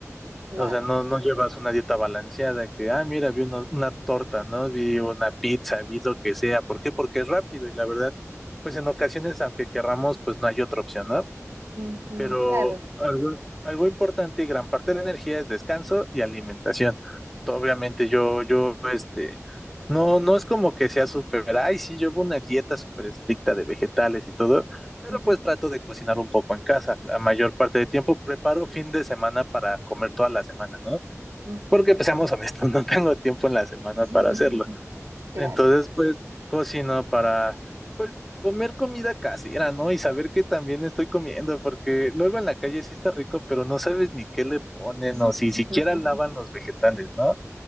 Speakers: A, on the right; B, in the centre.
A: claro,
B: O sea, no, no llevas una dieta balanceada que, ah, mira, vi uno- una torta, ¿no? Vi una pizza, vi lo que sea. ¿Por qué? Porque es rápido y la verdad, pues en ocasiones, aunque querramos, pues no hay otra opción, ¿no?
A: ujú,
B: Pero
A: claro,
B: algo, algo importante y gran parte de la energía es descanso y alimentación. To- Obviamente yo, yo, este, no, no es como que sea súper, ay, sí, llevo una dieta súper estricta de vegetales y todo, pero
A: ujú,
B: pues trato de cocinar un poco en casa. La mayor parte del tiempo preparo fin de semana para comer toda la semana, ¿no?
A: ujú,
B: porque pues seamos honestos, <laughs> no tengo tiempo en la semana
A: <laughs>
B: para hacerlo.
A: claro,
B: Entonces, pues cocino para pues comer comida casera, ¿no? Y saber que también estoy comiendo, porque luego en la calle sí está rico, pero no sabes ni qué le ponen
A: <laughs>
B: o si siquiera lavan los vegetales, ¿no?